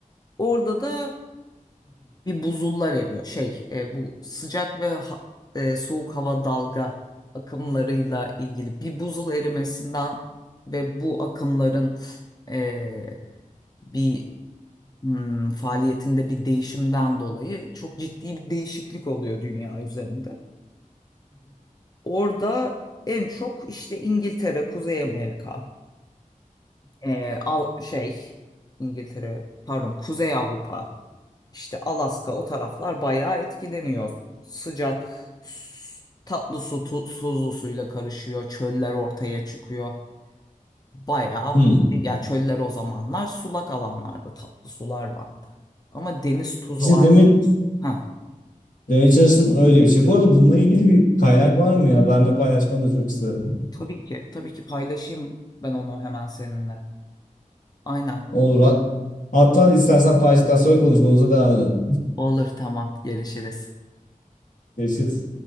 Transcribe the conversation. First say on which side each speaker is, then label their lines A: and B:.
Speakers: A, on the left; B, on the left.
A: Orada da bir buzullar eriyor. Şey, e, bu sıcak ve ha- e, soğuk hava dalga akımlarıyla ilgili bir buzul erimesinden ve bu akımların e, bir hmm, faaliyetinde bir değişimden dolayı çok ciddi bir değişiklik oluyor dünya üzerinde. Orada en çok işte İngiltere, Kuzey Amerika, e, Av- şey İngiltere, pardon Kuzey Avrupa İşte Alaska o taraflar bayağı etkileniyor. Sıcak s- tatlı su tu- tuzlu suyla karışıyor. Çöller ortaya çıkıyor. Bayağı
B: Hmm.
A: ya çöller o zamanlar sulak alanlarda tatlı sular vardı. Ama deniz tuzu
B: İşte
A: artık.
B: demek,
A: Ha,
B: demeye çalıştım öyle bir şey. Bu arada bununla ilgili bir kaynak var mı ya? Ben de paylaşmanı da çok isterim.
A: tabii ki tabii ki paylaşayım ben onu hemen seninle. Aynen.
B: <laughs> Olur. Hat- Hatta istersen paylaştıktan sonra konuşmamıza devam edelim.
A: Olur tamam görüşürüz.
B: Görüşürüz.